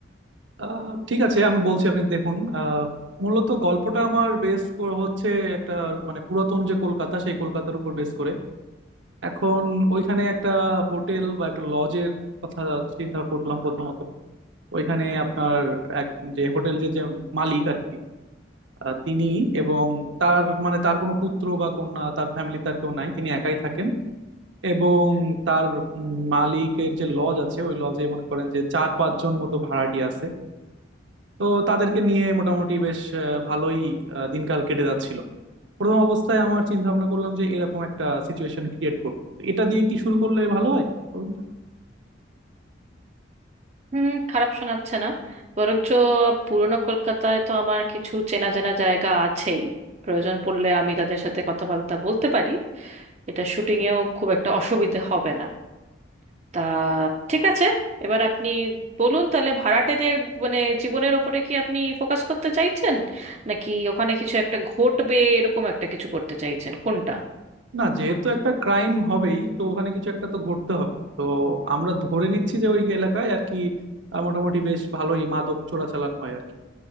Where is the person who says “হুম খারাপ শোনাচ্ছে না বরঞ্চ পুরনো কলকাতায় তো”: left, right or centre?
Right